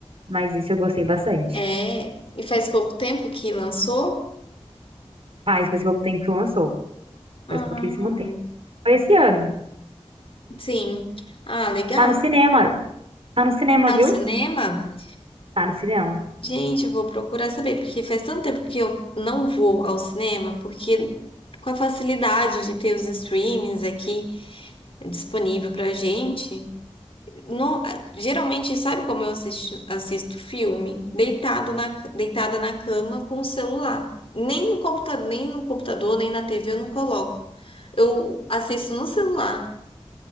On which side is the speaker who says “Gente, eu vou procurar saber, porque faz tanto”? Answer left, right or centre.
Left